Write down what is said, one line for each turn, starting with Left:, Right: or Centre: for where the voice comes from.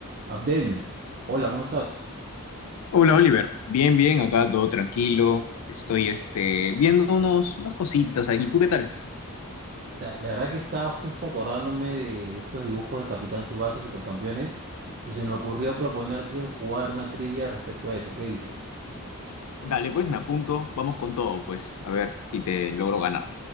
Right: Abdel, hola, ¿cómo estás?
Left: Hola Oliver, bien, bien, acá todo tranquilo. Estoy este, viendo unos, unas cositas aquí. ¿Tú qué tal?
Right: O sea, La verdad que estaba justo acordándome de estos dibujos de Capitán Subasa Supercampeones, y se me ocurrió proponerte jugar una trivia respecto a eso. ¿Qué dices?
Left: Dale, pues me apunto. Vamos con todo, pues. A ver si te logro ganar.